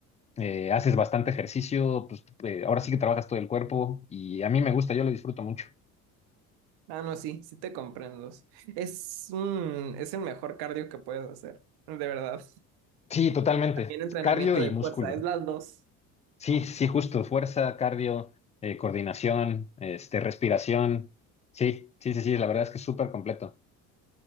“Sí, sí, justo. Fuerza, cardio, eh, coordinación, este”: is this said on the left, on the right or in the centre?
Left